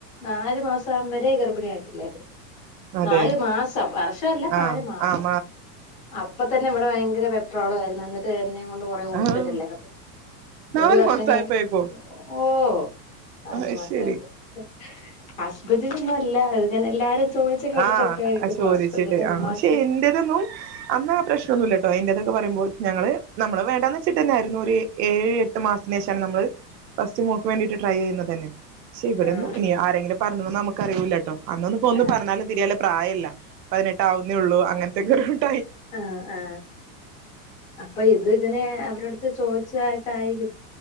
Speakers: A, on the left (about 15°); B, on the right (about 90°).
A: നാല് മാസം ആവുമ്പോഴേ ഗർഭി
B: അതെ
A: നാലുമാസം വർഷ അല്ല
B: ആഹ്
A: നാലു മാസം
B: ആഹ്
A: അപ്പ തന്നെ ഇവിടെ ഭയങ്കര വെപ്രാളം ആരുന്ന് എന്നി <unintelligible> <unintelligible> അതു കൊണ്ടു കൊറേ ഹോസ്പിറ്റലിലക്കെ
B: ആഹ് നാലു
A: ഒരു വർഷം
B: മാസായപ്പോഴേക്കോ
A: കഴിഞ്ഞിട്ട് ഓ നാലു
B: അയ്ശരി
A: മാസായപ്പം ഉ <unintelligible> ആസ്പറ്റലിലൊന്നും അല്ല അത് ഞാൻ എല്ലാരും ചോദിച്ച് കേട്ടിട്ടൊക്കെ
B: ആ
A: ആയിരിക്കും
B: ചോദിച്ചിട്ട്
A: ഹസ്ബൻഡിന്റെ
B: ആ
A: ഉമ്മാക്ക്
B: ക്ഷെ എന്റേതൊന്നും അന്നാ പ്രശ്നമൊന്നുമില്ലട്ടോ എന്റേത് ന്ന് പറയുമ്പോ ഞങ്ങള് നമ്മള് വേണ്ടാന്ന് വെച്ചിട്ട്ന്നായിരുന്നു ഒരു ഏ ഏഴ് എട്ട് മാസത്തിന് ശേഷാണ് നമ്മള് ഫസ്റ്റ് മോക്ക് വേണ്ടിട്ട് ട്രൈ ചെയ്യുന്നത് തന്നെ ക്ഷേവിടെന്നും
A: ആഹ്
B: ഇനി ആരെങ്കിലും പറഞ്ഞൊന്നു നമുക്ക് ക്കറിയൂലാട്ടോ അന്നൊന്നുപ്പോന്ന്
A: ആഹ്
B: പറഞ്ഞാലും തിരിയല് പ്രായില്ല പതിനെട്ട് ആവുന്നേള്ളൂ അങ്ങനെ ഗ <unintelligible>
A: ആ ആ അപ്പൊ ഇത് ഇങ്ങനെ അവരടുത്ത് ചോദിച്ചാ ട്ടായിരിക്കും